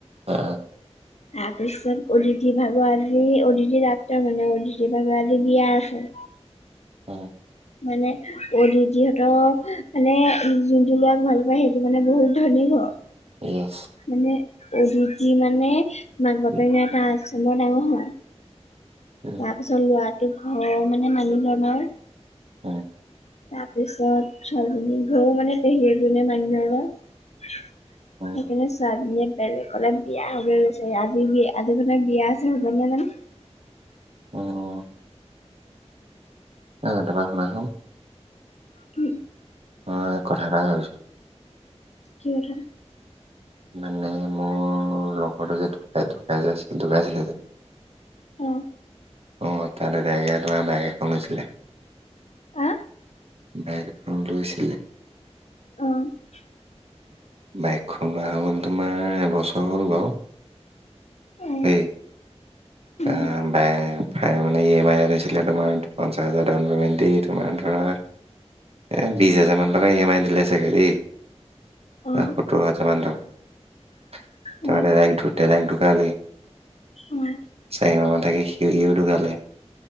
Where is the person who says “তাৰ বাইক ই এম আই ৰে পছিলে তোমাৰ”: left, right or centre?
Right